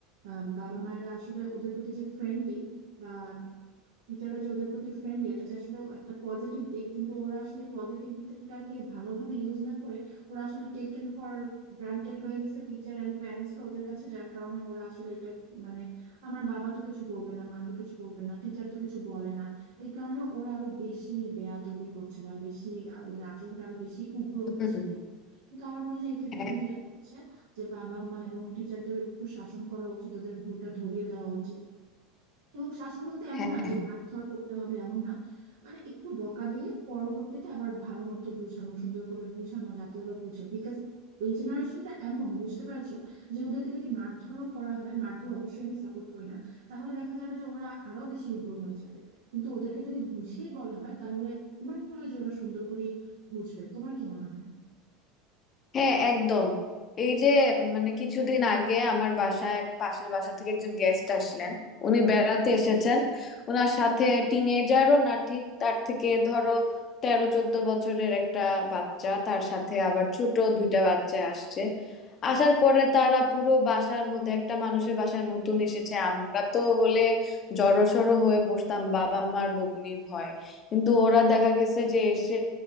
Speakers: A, on the right; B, on the left.
A: আহ, বাবা মায়েরা আসলে ওদের প্রতি যে ফ্রেন্ডলি বা টিচাররা যে ওদের প্রতি ফ্রেন্ডলি এটা যে আসলে একটা পজিটিভ দিক কিন্তু ওরা আসলে পজিটিভিটিটাকে ভালোভাবে ইউজ না করে ওরা আসলে টেকেন ফর গ্রান্টেড হয়ে গেছে টিচার অ্যান্ড প্যারেন্টসরা ওদের কাছে যার কারণে ওরা আসলে এটা মানে আমার বাবা তো কিছু করবে না মা তো কিছু করবে না টিচার তো কিছু বলে না এই কারণে ওরা আরো বেশি বেয়াদবি করছে বা বেশি আ, ওদের আচরণটা আরো বেশি উগ্র
B: হুম,
A: হচ্ছে দিন কিন্তু আমার মনে হয় যে এক্ষেত্রে
B: হ্যাঁ
A: তুমি যেটা বলছো যে বাবা মা এবং টিচারদের একটু শাসন করা উচিত ওদের ভুলটা ধরিয়ে দেওয়া উচিত এবং শাসন বলতে এমন
B: হ্যাঁ।
A: না যে মারধর করতে হবে এমন না মানে একটু বকা দিয়ে পরবর্তীতে আবার ভালো মতো বোঝানো সুন্দর করে বোঝানো যাতে ওরা বুঝে বিকজ এই জেনারেশনটা এমন বুঝতে পারছো যে ওদেরকে যদি মারধরও করা হয় মারধর অবশ্যই আমি সাপোর্ট করি না তাহলে দেখা যাবে যে ওরা আরো বেশি উগ্র হয়ে যাবে কিন্তু ওদেরকে যদি বুঝিয়ে বলা হয় তাহলে আমার মনে হয় যে ওরা সুন্দর করে বুঝবে তোমার কি মনে হয়
B: হ্যাঁ একদম এই যে মানে কিছুদিন আগে আমার বাসায় পাশের বাসা থেকে একজন গেস্ট আসলেন উনি বেড়াতে এসেছেন ওনার সাথে টিনেজারও না ঠিক তার থেকে ধরো তেরো চোদ্দ বছরের একটা বাচ্চা তার সাথে আবার ছোট দুইটা বাচ্চা আসছে আসার পরে তারা পুরো বাসার মধ্যে একটা মানুষের বাসায় নতুন এসেছে আমরা তো হলে জড়সড় হয়ে বসতাম বাবা মার বকুনির ভয় কিন্তু ওরা দেখা গেছে যে এসে